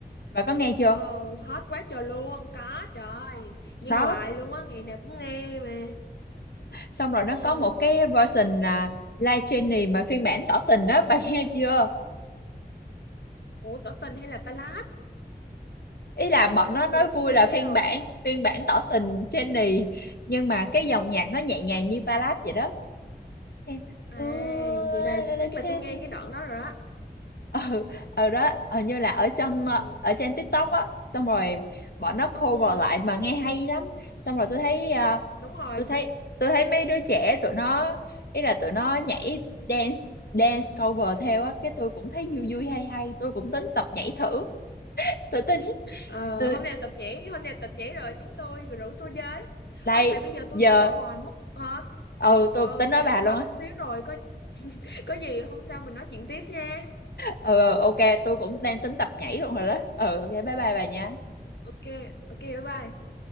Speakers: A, on the left; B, on the left.
A: Bà có nghe chưa?
B: ờ hết quá trời luôn có trời ơi, nghe
A: Đó,
B: hoài luôn á ngày nào cũng nghe mà
A: xong rồi nó
B: ừ
A: có một cái version là live training mà phiên bản tỏ tình đó, bà <laughs> nghe chưa?
B: ủa tỏ tình hay là ballad
A: Ý là bọn nó
B: vậy
A: nói
B: là tôi
A: vui
B: chưa
A: là
B: nghe
A: phiên
B: rồi
A: bản
B: tôi
A: phiên bản tỏ tình training nhưng mà cái dòng nhạc nó nhẹ nhàng như ballad vậy đó. Nghe,
B: à
A: "Ooh,
B: vậy là
A: la la
B: chắc
A: cherry."
B: là tôi nghe cái đoạn đó rồi á
A: Ừ, ở đó hình như là ở trong ờ,
B: ừ
A: ở trên TikTok á xong rồi bọn nó cover
B: Ừ,
A: lại mà nghe hay lắm xong rồi tôi thấy à,
B: đúng rồi.
A: tôi thấy tôi thấy mấy đứa trẻ tụi nó ý là tụi nó nhảy dance dance cover theo á cái tôi cũng thấy vui vui hay hay tôi cũng tính tập nhảy thử tôi tính
B: Ờ,
A: tôi
B: hôm nào tập nhảy, hôm nào tập nhảy rồi nhắn tôi rồi rủ tôi với.
A: đây
B: Ôi mày bây giờ tôi
A: giờ
B: đi ra ngoài mất hả?
A: ừ tôi
B: Ờ
A: tính
B: bây
A: nói
B: giờ
A: bà
B: tôi
A: luôn
B: bận
A: á
B: xíu rồi, có có gì hôm sau mình nói chuyện tiếp nha.
A: ừ, ừ ok tôi cũng đang tính tập nhảy luôn rồi đó ừ ok bye bye bà nha
B: Ok, ok bye bye.